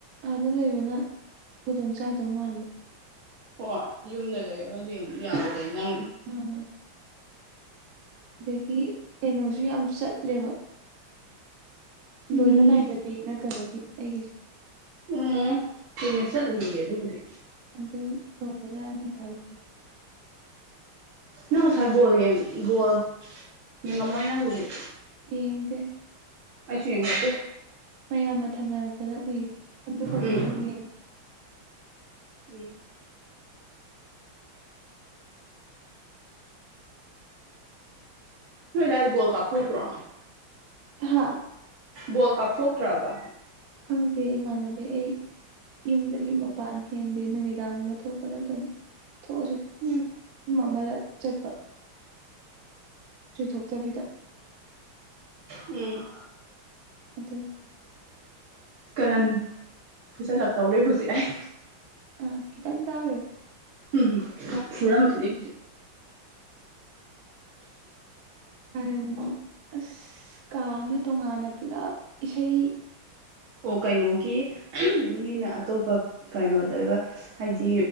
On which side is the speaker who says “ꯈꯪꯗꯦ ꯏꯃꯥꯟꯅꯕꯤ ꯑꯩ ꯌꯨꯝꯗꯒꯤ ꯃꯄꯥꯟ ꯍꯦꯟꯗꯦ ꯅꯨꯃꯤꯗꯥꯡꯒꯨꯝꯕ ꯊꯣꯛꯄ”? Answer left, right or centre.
Right